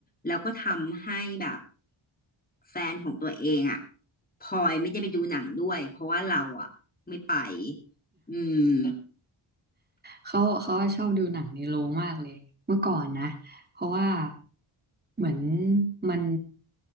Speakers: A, on the left; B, on the right.
A: แล้วก็ทำให้แบบแฟนของตัวเองอะพลอยไม่ได้ไปดูหนังด้วยเพราะว่าเราอะไม่ไปอืม
B: เขาเขาชอบดูหนังในโรงมากเลยเมื่อก่อนนะเพราะว่าเหมือนมัน